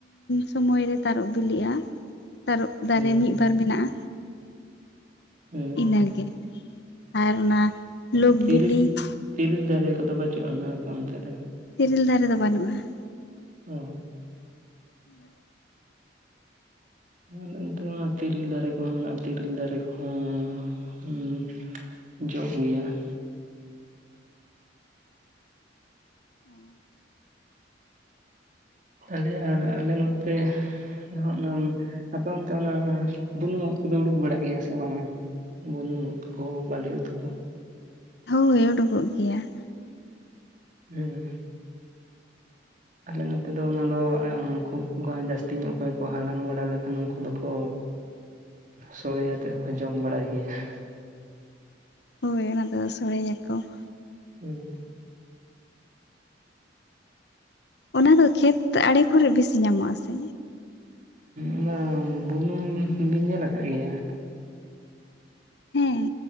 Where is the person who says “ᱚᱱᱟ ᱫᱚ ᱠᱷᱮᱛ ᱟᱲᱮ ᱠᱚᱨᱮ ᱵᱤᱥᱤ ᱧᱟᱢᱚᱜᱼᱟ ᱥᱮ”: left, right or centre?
Left